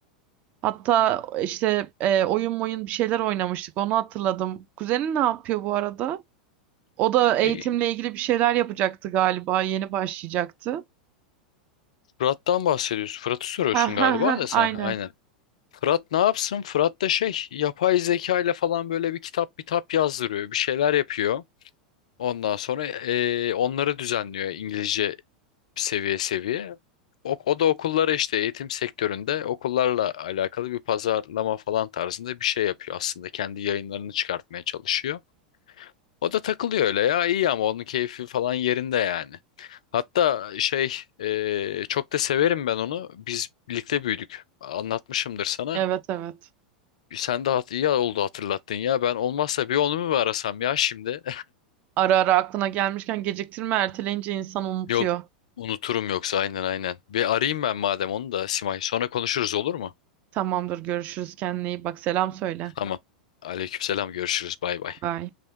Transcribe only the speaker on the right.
Hatta işte e, oyun oyun bir şeyler oynamıştık. Onu hatırladım. Kuzenin ne yapıyor bu arada? O da eğitimle
ilgili bir şeyler yapacaktı galiba. Yeni başlayacaktı.
Ha
ha ha
aynen.
Evet evet.
Ara ara aklına gelmişken geciktirme erteleyince insan
unutuyor.
Tamamdır görüşürüz kendine iyi bak selam söyle.
Bye.